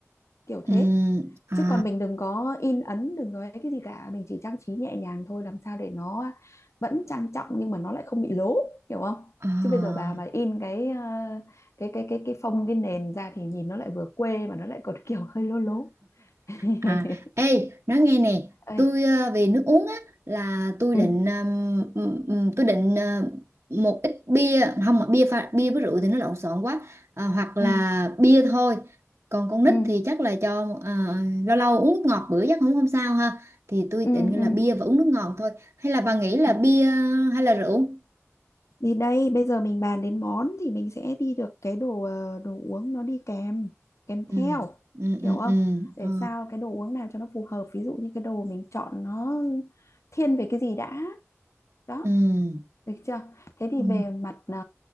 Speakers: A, on the left (about 65°); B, on the right (about 65°).
A: kiểu
B: Ừm,
A: thế.
B: à
A: chứ còn mình đừng có in ấn đừng có ấy cái gì cả mình chỉ trang trí nhẹ nhàng thôi làm sao để nó vẫn trang trọng nhưng mà nó lại không bị lố hiểu không
B: à
A: chứ bây giờ bà mà in cái ờ, cái cái cái cái phông cái nền ra thì nhìn nó lại vừa quê mà nó lại còn kiểu <laughs> hơi lố lố <laughs>
B: À, ê, nói nghe nè,
A: Ê,
B: tôi ờ, về nước uống á là tôi
A: ừ
B: định ừm, ừm, ừm, tôi định ờ, một ít bia, không mà bia pha, bia với rượu thì nó lộn xộn quá, à, hoặc là
A: ừ
B: bia thôi. Còn con nít
A: ừ
B: thì chắc là cho ờ, lâu lâu uống nước ngọt bữa chắc không không sao ha. Thì tôi
A: ừ
B: định
A: ừ
B: là bia và uống nước ngọt thôi. Hay là bà nghĩ là
A: ừ.
B: bia hay là rượu?
A: thì đây bây giờ mình bàn đến món thì mình sẽ đi được cái đồ ờ, đồ uống nó đi kèm kèm theo
B: Ừ, ừ, ừ,
A: hiểu không
B: ừ,
A: để
B: ờ,
A: sao cái đồ uống nào cho nó phù hợp ví dụ như cái đồ mình chọn nó thiên về cái gì đã đó
B: ừ,
A: được chưa thế thì
B: ừ,
A: về mặt ờ,